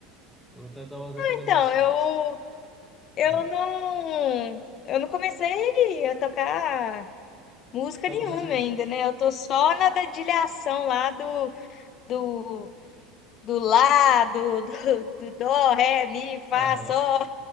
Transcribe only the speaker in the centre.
Vou até dar umas recomendações.
Ah,
tá
nos exercícios.
Aham.